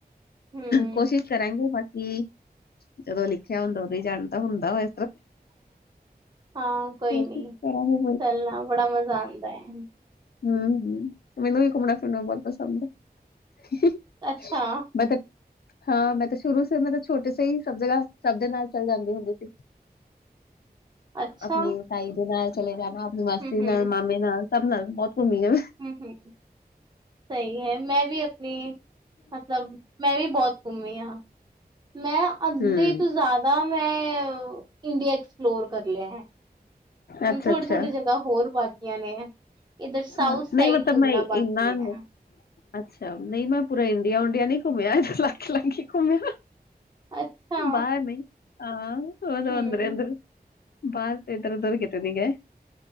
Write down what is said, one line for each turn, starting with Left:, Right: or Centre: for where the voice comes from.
Right: ਹਮ
Left: ਕੋਸ਼ਿਸ਼ ਕਰਾਂਗੇ। ਬਾਕੀ ਜਦੋਂ ਲਿਖਿਆ ਹੁੰਦਾ। ਉਦ ਹੀ ਜਾਣ ਤਾਂ ਹੁੰਦਾ ਵ।
Right: ਹਾਂ। ਕੋਈ
Left: ਕੋਸ਼ਿਸ਼
Right: ਨੀ,
Left: ਕਰਾਂਗੇ
Right: ਚੱਲਣਾ। ਬੜਾ ਮਜ਼ਾ ਆਉਂਦਾ ਹੈ।
Left: ਹਮ- ਹਮ ਮੈਨੂੰ ਵੀ ਘੁੰਮਣਾ- ਫਿਰਨਾ ਬਹੁਤ ਪਸੰਦ ਆ।
Right: ਅੱਛਾ।
Left: ਮਤਲਬ ਹਾਂ। ਮੈਂ ਤਾਂ ਸ਼ੁਰੂ ਤੋਂ ਮੈਂਲਬ ਛੋਟੇ ਸੇਹੀ ਸਭ ਜਗ੍ਹਾ ਸਭ ਦੇ ਨਾਲ ਚੱਲ ਜਾਂਦੀ ਹੁੰਦੀ ਸੀ। <inaudible>
Right: ਅੱਛਾ
Left: ਆਪਣੀ ਤਾਈ ਦੇ ਨਾਲ ਚਲੇ ਜਾਣਾ, ਆਪਣੀ ਮਾਸੀ
Right: ਹਮ ਹਮ
Left: ਨਾਲ, ਮਾਮੇ ਨਾਲ ਸਭ ਨਾਲ ਬਹੁਤ ਘੁੰਮੀ ਆ।
Right: ਹਮ -ਹਮ ਸਹੀ ਹੈ। ਮੈਂ ਵੀ ਆਪਣੀ ਮਤਲਬ ਮੈਂ ਵੀ ਬਹੁਤ ਘੁੰਮੀ ਹਾਂ। ਮੈਂ ਅੱਧੇ
Left: ਹੂੰ
Right: ਤੋਂ ਜ਼ਿਆਦਾ ਮੈਂ, ਇੰਡੀਆ ਐਕਸਪਲੋਰ ਕਰ ਲਿਆ ਹੈ। ਹੁਣ
Left: ਅੱਛਾ
Right: ਥੋੜੀ-
Left: ਅੱਛਾ
Right: ਥੋੜ੍ਹੀ ਜਗ੍ਹਾ ਹੋਰ ਬਾਕੀਆਂ ਨੇ। ਇੱਧਰ ਸਾਊਥ
Left: ਹਾਂ
Right: ਸਾਈਡ
Left: ਨਹੀਂ ਮਤਲਬ
Right: ਘੁੰਮਣਾ
Left: ਮੈਂ
Right: ਬਾਕੀ
Left: ਇੰਨਾ
Right: ਹੈ।
Left: ਅੱਛਾ। ਨਹੀਂ ਮੈਂ ਪੂਰਾ ਇੰਡੀਆ- ਉੰਡੀਆ ਨਹੀਂ ਘੁੰਮਿਆ। ਇਧਰ ਲਾਕੇ -ਲਾਕੇ ਘੁੰਮਿਆ।
Right: ਅੱਛਾ
Left: ਬ ਨ ਆਹ ਐਦਰ-
Right: ਹਮ
Left: ਉਦਰੀ ਅ। ਬਾਰ ਐਦਰ- ਉਦੋੁਰ ਕਿਤੇ ਨਹੀਗੇ।